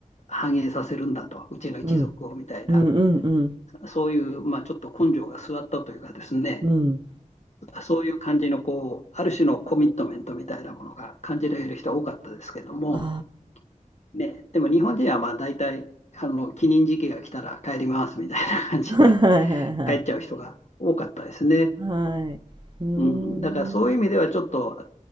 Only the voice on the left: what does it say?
繁栄させるんだと、うちの一族をみたいな。
そういう、まあ、ちょっと根性が据わったというかですね、
そういう感じのこう、ある種のコミットメントみたいなものが感じられる人は多かったですけども、
ね、でも日本人はまあ大体あの帰任時期が来たら帰りますみたいな感じで
帰っちゃう人が多かったですね。
うん、だからそういう意味ではちょっと